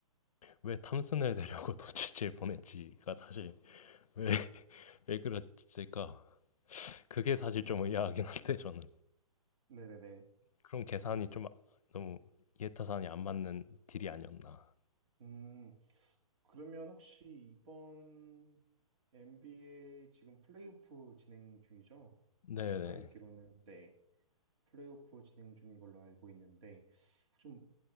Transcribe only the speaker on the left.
왜 탐슨을 데려고 도치치에 <laughs> 보냈지가 사실 왜, <laughs> 왜 그랬을까? 그게 사실
좀 의아하긴 한데 저는
그런 계산이 좀 너무 이해타산이 안 맞는 딜이 아니었나.
네네.